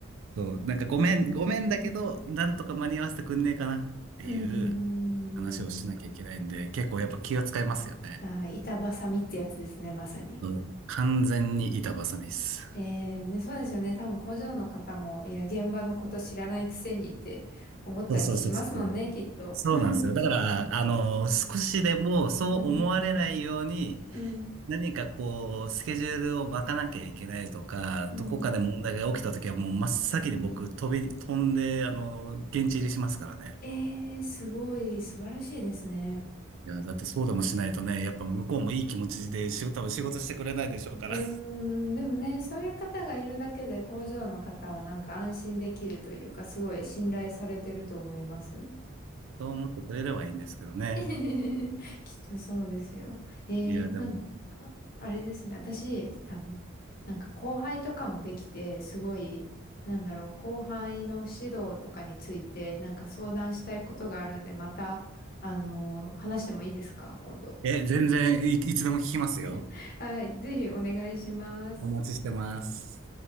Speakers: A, on the right; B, on the left.
A: そう、なんかごめん、ごめんだけど、なんとか間に合わせてくんねえかなっていう。
B: うーん。
A: 話をしなきゃいけないんで、結構やっぱ気が使いますよね。
B: あー、板挟みってやつですね、まさに。
A: そう完全に板挟みっす。
B: えー、で、そうですよね。多分工場の方も、いや、現場のこと知らないくせにって思ったりしますもんね、
A: そうそうそうそう。
B: きっと。
A: そうなんですよ。
B: <laughs>
A: だから、あの、少しでもそう思われないように、
B: うん、うん、
A: 何かこう、スケジュールを巻かなきゃいけないとか、どこかで問題が起きたときはもう真っ先に僕飛び、
B: うん。
A: 飛んで、あの、現地入りしますからね。
B: えー、すごい、素晴らしいですね。
A: いや、だってそうでもしないとね、やっぱ向こうもいい気持ちで仕事、多分仕事してくれないでしょうから。
B: うーん、でもね、そういう方がいるだけで工場の方はなんか安心できるというか、すごい信頼されてると思います。
A: <laughs> そう思ってくれればいいんですけどね。
B: <laughs> きっとそうですよ。えー、
A: いや、でも。
B: なんか、あれですね。私、多分、なんか後輩とかもできて、すごい、なんだろう、後輩の指導とかについて、なんか相談したいことがあるんで、また、あのー話してもいいですか、今度。
A: え、全然い、いつでも聞きますよ。
B: <laughs> はい、ぜひお願いします。
A: お待ちしてます。